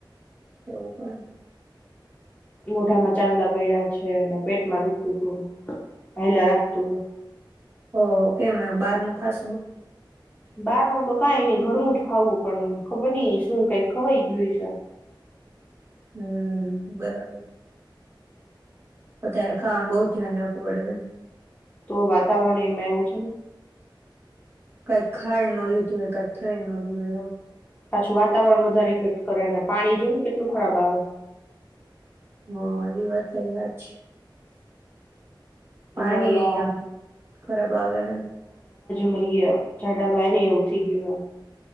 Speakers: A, on the right; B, on the left.
A: એવું પણ.
B: મોઢામાં ચાંદા પયડાં છે ને પેટમાં દુખતું તું ને, હયલા રાખતું હોય.
A: ઓહ કેમ એવું બહાર નું ખાસ બોઉ?
B: બહાર નું તો કાંઈ નહિં ઘરનું જ ખાવું પણ ખબર નઈ શું કાંઈ ખવાઈ ગયું હશે.
A: હમ્મ બરાબર. અત્યારે ખાવામાં બહું ધ્યાન રાખવું પડે બેન.
B: તો વાતાવરણ એમાં એવું છે.
A: કાંઈ ખાઈ ન લીધું હો કાંઈક થઈ ન ગયું હોય.
B: પાછું વાતાવરણ વધારે ઇફેક્ટ કરે અને પાણી જો ને કેટલું ખરાબ આવે.
A: હા એ વાત તારી હાચી. પાણી
B: અમારે ઓલા
A: એ આમ ખરાબ આવે હે.
B: મરીએ જાડા બાયનેય એવું થઈ ગયું હે.